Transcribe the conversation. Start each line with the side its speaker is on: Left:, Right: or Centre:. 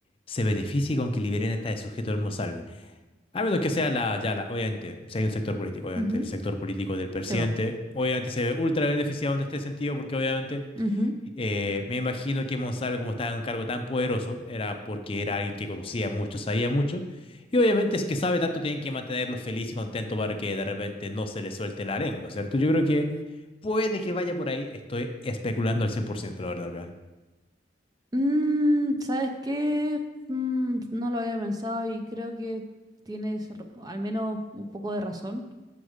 Left: se beneficie con que liberen a este sujeto del Monsalve. A menos que sea la, ya la, obviamente, si hay un sector político, obviamente,
Right: Ujú.
Left: el sector político del presidente,
Right: Se va.
Left: obviamente se ve ultra beneficiado en este sentido, porque obviamente
Right: Ujú.
Left: Eh, me imagino que Monsalvo, como estaba en un cargo tan poderoso, era porque era alguien que conocía mucho, sabía mucho. Y obviamente es que sabe tanto, tienen que mantenerlo feliz y contento para que de repente no se le suelte la lengua, ¿cierto? Yo creo que puede que vaya por ahí. Estoy especulando al cien por ciento la verdad, acá.
Right: Mm, ¿sabes qué? Mm, no lo había pensado y creo que tienes r- al menos un poco de razón,